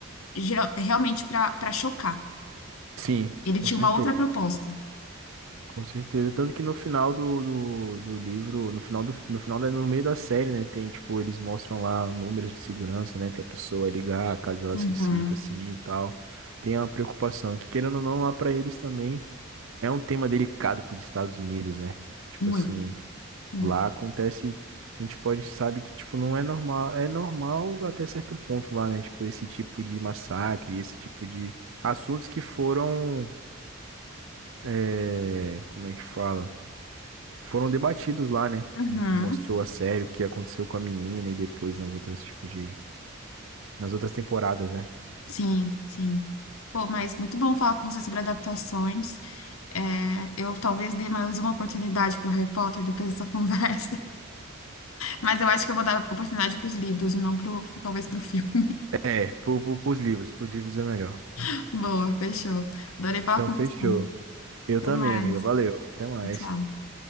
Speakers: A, on the left; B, on the right.
A: geral- realmente para para chocar.
B: Sim,
A: Ele
B: com
A: tinha
B: certeza,
A: uma outra proposta.
B: com certeza. Tanto que no final do, do, do livro, no final do, no final da- no meio da série, né, tem, tipo, eles mostram lá números de segurança, né, pra pessoa ligar, caso ela
A: Uhum.
B: se sinta assim e tal. Tem uma preocupação, que querendo ou não, lá pra eles também é um tema delicado pros Estados Unidos, né? Tipo
A: Muito,
B: assim,
A: muito.
B: lá acontece, a gente pode, sabe que, tipo, não é normal, é normal até certo ponto lá, né? Tipo, esse tipo de massacre, esse tipo de assuntos que foram é, como é que fala? Foram debatidos lá, né?
A: Uhum.
B: E Que mostrou a sério o que aconteceu com a menina e depois nas outras tipos de, nas outras temporadas, né?
A: Sim, sim. Pô, mas muito bom falar com você sobre adaptações. É, eu talvez dê mais uma oportunidade para o Harry Potter depois dessa <laughs> conversa, mas eu acho que eu vou dar oportunidade para os livros e não pro, talvez para o filme.
B: É, pro, pro, pros livros, pros livros é melhor.
A: <laughs> Boa, fechou. Adorei falar
B: Então
A: com
B: fechou.
A: você.
B: Eu
A: Até
B: também,
A: mais.
B: amiga. Valeu. Até mais.
A: Tchau, tchau.